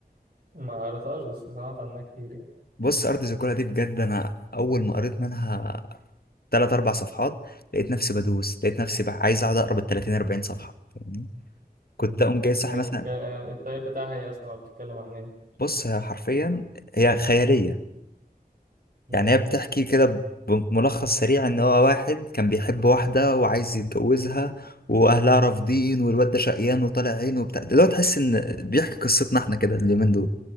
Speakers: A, on the right; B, on the left.
A: ما قريتهاش بس سمعت عنها كتير يعني
B: بص ارض زيكولا دي بجد انا اول ما قريت منها ثلاث اربع صفحات لقيت نفسي بدوس لقيت نفسي بقى عايز اقعد اقرا بال 30 40 صفحه فاهمني كنت
A: أمم.
B: اقوم جاي صاحي
A: هي
B: مثلا
A: بتك... الطيب بتاعها ايه اصلا أو بتتكلم عن ايه
B: بص هي حرفيا هي خياليه
A: أمم،
B: يعني هي بتحكي كده بملخص سريع ان هو واحد كان بيحب واحدة وعايز يتجوزها واهلها رافضين والواد ده شقيان وطالع عينه وبتاع دلوقتي تحس ان بيحكي قصتنا احنا كده اليومين دول